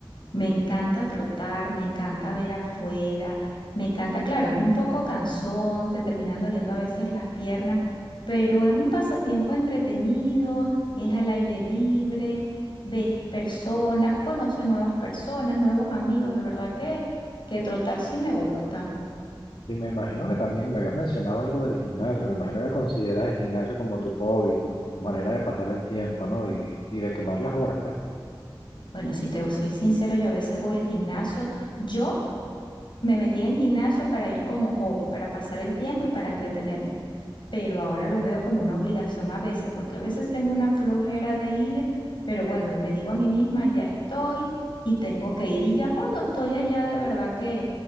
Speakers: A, on the left; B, on the left.
A: Me encanta trotar, me encanta ver afuera, me encanta, claro, es un poco cansón, te terminan doliendo a veces las piernas, pero es un pasatiempo entretenido, es al aire libre, ves personas, conoces nuevas personas, nuevos amigos, de verdad que, que trotar sí me gusta.
B: Y me imagino que también me habías mencionado algo del gimnasio. Me imagino que consideras el gimnasio como tu hobby, tu, tu manera de pasar el tiempo, ¿no? Y, y de quemar las horas, pues.
A: Bueno, si te soy sincera, yo a veces voy al gimnasio, yo me metí en el gimnasio para ir como hobby, para pasar el tiempo y para entretenerme. pero ahora lo veo como una obligación a veces, porque a veces tengo una flojera de ir, pero bueno, me digo a mí misma, ya estoy y tengo que ir. Y ya cuando estoy allá, de verdad que,